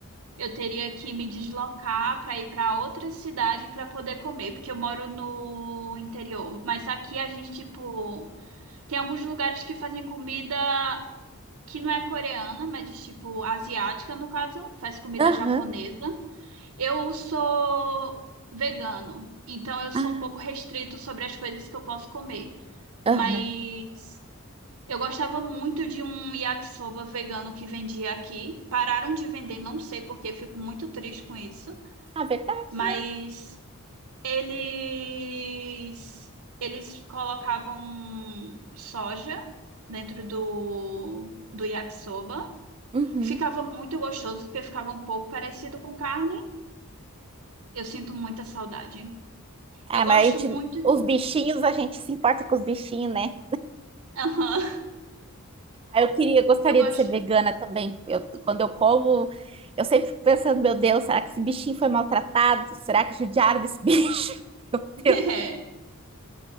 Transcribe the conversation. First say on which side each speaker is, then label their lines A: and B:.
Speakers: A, on the right; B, on the right.
A: eu teria que me deslocar para ir para outra cidade para poder comer, porque eu moro no interior. Mas aqui a gente tipo tem alguns lugares que fazem comida que não é coreana, mas tipo asiática no caso, faz comida
B: Aham.
A: japonesa. Eu sou vegano, então eu sou
B: Ah,
A: um pouco restrito sobre as coisas que eu posso comer.
B: aham.
A: Mas eu gostava muito de um yakisoba vegano que vendia aqui. Pararam de vender, não sei porque, fico muito triste com isso.
B: Ah, verdade,
A: Mas
B: né?
A: eles eles colocavam soja dentro do do yakisoba.
B: Uhum.
A: Ficava muito gostoso porque ficava um pouco parecido com carne. Eu sinto muita saudade.
B: Ah,
A: Eu gosto
B: mas a gente,
A: muito
B: os
A: de
B: bichinhos, a gente se importa com os bichinhos, né?
A: <laughs> Aham,
B: Ah, eu queria, gostaria
A: Eu gosto.
B: de ser vegana também. Eu, quando eu como, eu sempre fico pensando, meu Deus, será que esse bichinho foi maltratado? Será que judiaram desse bicho? <laughs> Meu
A: <laughs>
B: Deus,